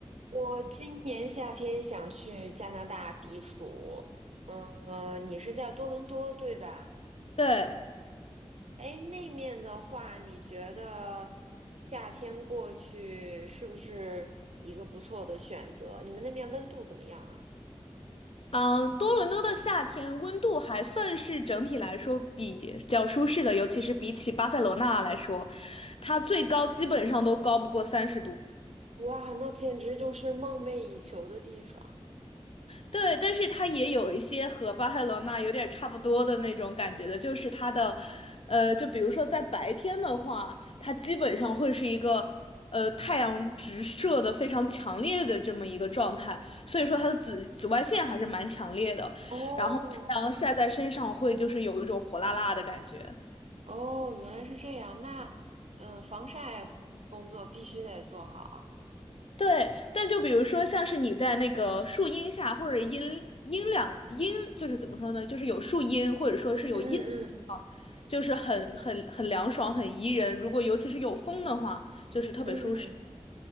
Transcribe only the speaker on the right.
我今年夏天想去加拿大避暑，嗯，你是在多伦多对吧？
哎，那面的话，你觉得夏天过去是不是一个不错的选择？你们那面温度怎么样啊？
哇，那简直就是梦寐以求的地方。
哦
哦，原来是这样。那嗯，呃防晒工作必须得做好。
嗯嗯
嗯嗯。